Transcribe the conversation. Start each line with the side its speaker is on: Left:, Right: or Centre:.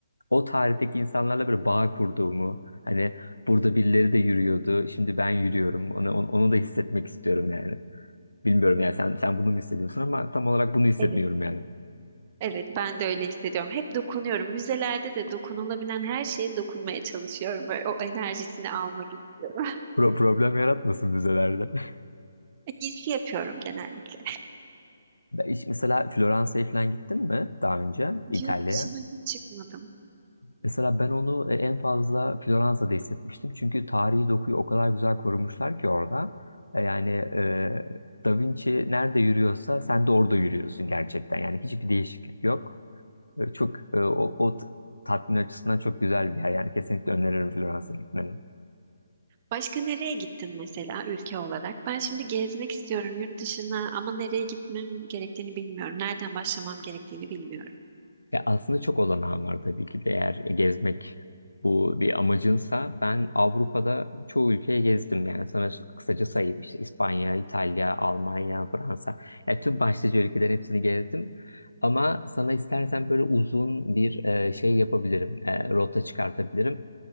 Left: o tarihteki insanlarla böyle bağ kurduğumu hani burada birileri de yürüyordu şimdi ben yürüyorum onu, onu, onu da hissetmek istiyorum yani. Bilmiyorum yani sen sen bunu mu hissediyorsun ama tam olarak bunu hissetmiyorum
Right: Evet.
Left: yani.
Right: Evet, ben de öyle hissediyorum. Hep dokunuyorum. Müzelerde de dokunulabilen her şeye dokunmaya çalışıyorum. Böyle o enerjisini almak istiyorum. <laughs>
Left: Pro- problem yaratmasın müzelerde. <laughs>
Right: Gizli yapıyorum genellikle.
Left: Ben hiç- mesela Floransa'ya falan gittim mi daha önce İtalya'ya?
Right: Yurt dışına hiç çıkmadım.
Left: Mesela ben onu e, en fazla Floransa'da hissetmiştim. Çünkü tarihi dokuyu o kadar güzel korumuşlar ki orada. E, Yani e, Da Vinci nerede yürüyorsa sen de orada yürüyorsun gerçekten. Yani hiçbir değişiklik yok. E, Çok e, o, o t- tatmin açısından çok güzel bir yer. Yani kesinlikle öneririm Florans'a gitmeni.
Right: Başka nereye gittin mesela ülke olarak? Ben şimdi gezmek istiyorum yurt dışına ama nereye gitmem gerektiğini bilmiyorum. Nereden başlamam gerektiğini bilmiyorum.
Left: Ya aslında çok olanağım var tabii ki de eğer gezmek bu bir amacınsa ben Avrupa'da çoğu ülkeye gezdim yani sana kısaca sayayım işte İspanya, İtalya, Almanya, Fransa yani tüm başlıca ülkelerin hepsini gezdim ama sana istersen böyle uzun bir e, şey yapabilirim E, rota çıkartabilirim